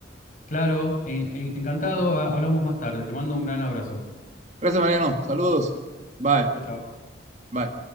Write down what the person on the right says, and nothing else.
Gracias, Mariano. Saludos. Bye,
bye.